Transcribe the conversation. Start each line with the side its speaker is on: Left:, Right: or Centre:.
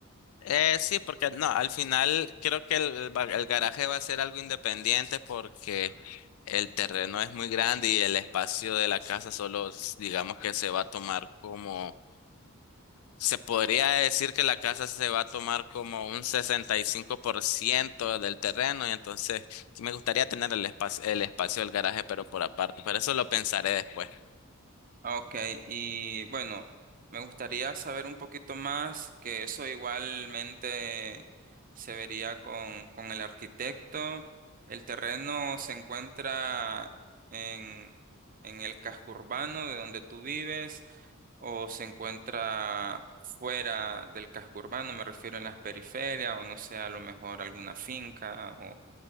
Left: Eh, sí, porque no, al final creo que el, ba- el garaje va a ser algo independiente porque el terreno es muy grande y el espacio de la casa solo, s- digamos que se va a tomar como, se podría decir que la casa se va a tomar como un 65% del terreno y entonces sí me gustaría tener el espacio, el espacio del garaje, pero por aparte, pero eso lo pensaré después.
Right: Ah, Ok, y bueno, me gustaría saber un poquito más, que eso igualmente se vería con, con el arquitecto. El terreno se encuentra en, en el casco urbano de donde tú vives. o se encuentra fuera del casco urbano, me refiero en las periferias, o no sé, a lo mejor alguna finca, o,